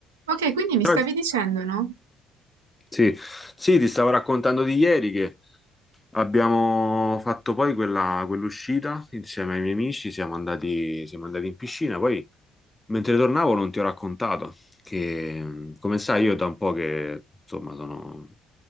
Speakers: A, on the right (about 80°); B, on the left (about 15°).
A: Ok, quindi mi stavi
B: Ah,
A: dicendo, no?
B: Sì, sì, ti stavo raccontando di ieri che abbiamo fatto poi quella, quell'uscita insieme ai miei amici, siamo andati, siamo andati in piscina, poi mentre tornavo non ti ho raccontato che, come sai, io da un po' che insomma sono,